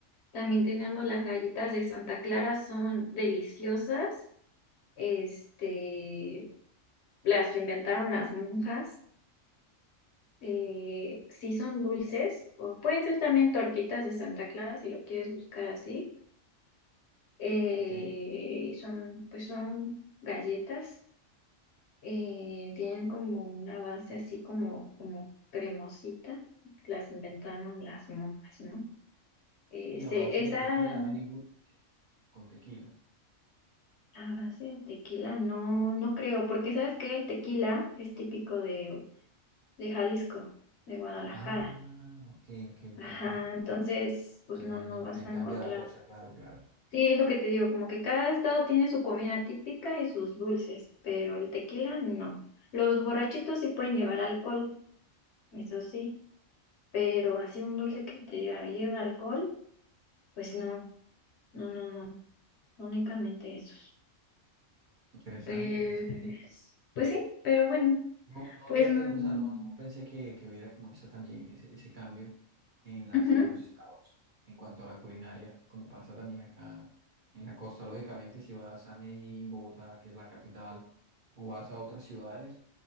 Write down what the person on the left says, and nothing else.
También tenemos las galletas de Santa Clara, son deliciosas. Este, las inventaron las monjas. Eh, sí son dulces. O pueden ser también tortitas de Santa Clara, si lo quieres buscar así. Eh,
son, pues son galletas. eh, tienen como una base así como, como cremosita, las inventaron las monjas, ¿no? Este,
esa
a base de tequila no, no creo, porque sabes que el tequila es típico de, de Jalisco, de Guadalajara.
Ajá,
entonces, pues
no, no
vas
a
encontrar.
Sí, es lo que te digo, como que cada estado tiene su comida típica y sus dulces, pero el tequila no. Los borrachitos sí pueden llevar alcohol, eso sí pero así un dulce que te diga, lleva alcohol, pues no, no, no, no, no únicamente esos.
Pues,
pues sí, pero bueno,
pues,
mm,
ujú,